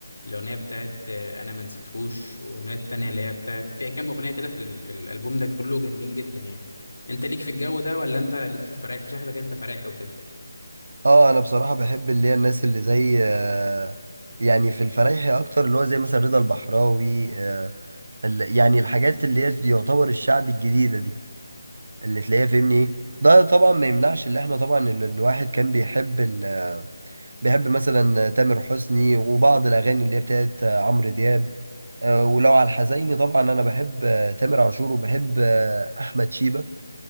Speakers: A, on the left (about 80°); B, on the right (about 55°).
A: الاغنيه بتاعت آه، انا ما نسيتهوش والاغنيه التانيه اللي هي بتاعت في كام اغنيه كده في ال... في الالبوم ده كله جامدين جدا يعني انت ليك في الجو ده ولا انت ليك في الفرايح شكلك انت فرايحي وكده
B: آه أنا بصراحة بحب اللي هي الناس اللي زي آه، يعني في الفرايحي أكتر اللي هو زي مثلا رضا البحراوي آه، ال- يعني الحاجات اللي هي يعتبر الشعب الجديدة دي اللي تلاقيها فهمني ايه ده طبعا ما يمنعش اللي احنا طبعا ال- الواحد كان بيحب ال... بيحب مثلا تامر حسني وبعض الاغاني اللي هي بتاعت عمرو دياب آه، ولو على الحزيني طبعا انا بحب آه، تامر عاشور وبحب آه، احمد شيبة